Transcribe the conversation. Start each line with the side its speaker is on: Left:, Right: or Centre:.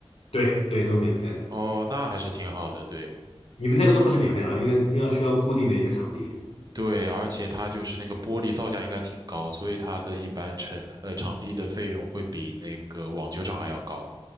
Left: 对对，都免费的。
Right: 哦，那还是挺好的，对
Left: 你们那个都不是免费的，因为那个需要固定的一个场地。
Right: 对，而且它就是那个玻璃造价应该挺高，所以它的一般成呃场地的费用会比那个网球场还要高。